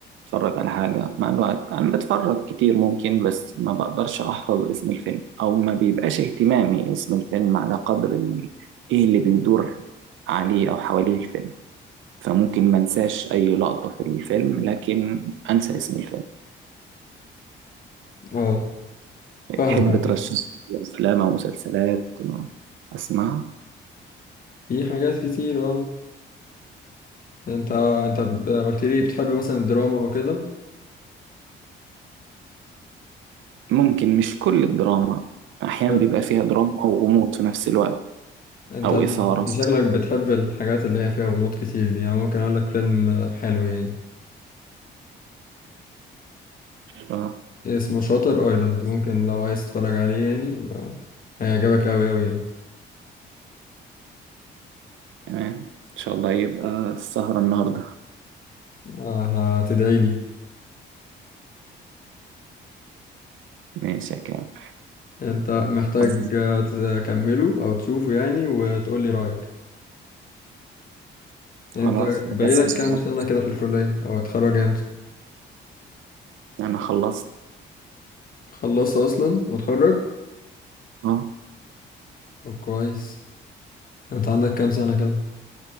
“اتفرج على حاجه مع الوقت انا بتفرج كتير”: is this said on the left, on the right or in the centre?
Right